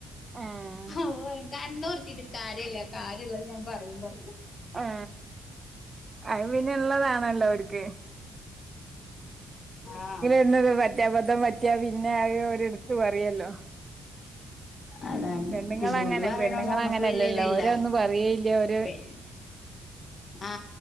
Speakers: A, on the right; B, on the left.
A: ആഹ്
B: അ കണ്ണുർട്ടിട്ടു കാര്യല്ല കാര്യമുള്ളത് ഞാൻ പറയും പറയും
A: ആ അത് പിന്നെ ഉള്ളതാണല്ലോ അവർക്ക്
B: ആ
A: ഒന്ന് പറ്റാ അബദ്ധം പറ്റിയാ പിന്നെ അത് ഓര് എടുത്ത് പറയല്ലോ
B: അതാണ്
A: പെണ്ണുങ്ങളങ്ങനെ
B: പിന്നെ ഓല് പറയണോണ്ട്
A: പെണ്ണുങ്ങളങ്ങനല്ലല്ലോ
B: നമ്മുക്ക് വല്യ ഇത് ഇല്ല
A: ഓരൊന്നും പറയേയില്ല ഓര്
B: പി ആ